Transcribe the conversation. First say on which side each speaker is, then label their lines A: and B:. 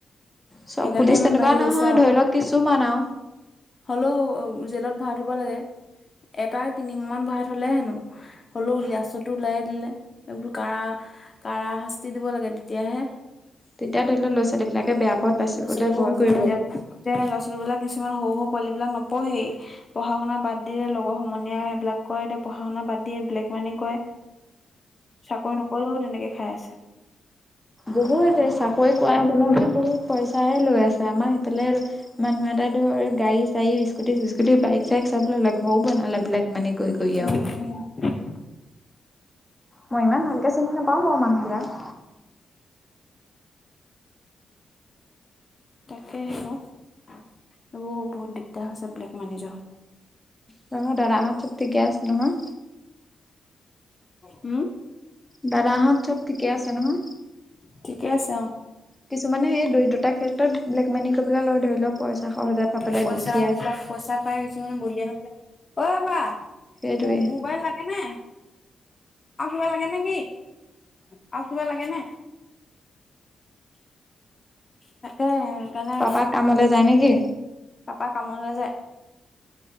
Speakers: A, in the centre; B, on the left.
A: চব
B: সেইকাৰণে
A: পুলিচ
B: ইমান
A: তেনেকুৱা
B: বাঢ়ি
A: নহয়
B: গৈছে আকৌ।
A: ধৰি লওক কিছুমান আৰু
B: হ'লেও জেলত ভৰাই থ'ব লাগে। এটাই তিনিমান ভৰাই থ'লে হেনো। হ'লেও লাস্তততো উলায়ে দিলে। এইবোৰ কাঢ়া কাঢ়া শাস্তি দিব লাগে তেতিয়াহে
A: তেতিয়া ধৰি ল'ৰা ছোৱালীবিলাক বেয়া। পথ বাচিবলৈ
B: ল'ৰাোৱালীবোৰ,
A: ভয় কৰিব।
B: ল'ৰা ছোৱালীবিলাক কিছুমান সৰু সৰু পোৱালীবিলাক নপঢ়েই। পঢ়া শুনা বাদ দিয়ে লগৰ সমনীয়া সেইবিলাক কৰে, এতিয়া পঢ়া শুনা বাদ দিয়ে ব্লেক মানি কৰে। চাকৰি নকলেও তেনেকে খাই আছে।
A: বহুত এ, চাকৰি কৰাই তেওঁলে বহুত পইচাই লৈ আছে। আমাৰ সেইফালে মানুহ এটা ধৰ গাড়ী চাৰি স্কুটি চিস্কোটি, বাইক চাইক চব ললে। ঘৰ বনালে ব্লেক মানি কৰি কৰি
B: উম
A: আৰু।
B: উম।
A: মই ইমান ভালকে চিনি নাপাওঁ মোৰ মানুহবিলাক।
B: তাকেহে। এইবোৰ বহুত দিগদাৰ হৈছে ব্লেক মানি য
A: ত' দাদাহঁত চব ঠিকে আছে নহয়?
B: হুম?
A: দাদাহঁত চব ঠিকে আছে নহয়?
B: ঠিকে আছে অ'।
A: কিছুমানে এই দৰিদ্ৰতাৰ ক্ষেত্ৰত ব্লেক মানি কৰিবলৈ লয়। ধৰি লওক পইচা সহজে পাবলৈ
B: পইচা
A: দুখীয়া
B: পইচা পাই কিছুমান বলিয় হৈ যায়। অ' বা
A: সেইটোৱে।
B: ম-মোবাইল লাগেনে? আৰু কিবা লাগে নেকি? আৰু কিবা লাগে নে? তাকে সেইকাৰণে
A: পাপা কামলৈ যায় নেকি?
B: পাপা কামলৈ যায়।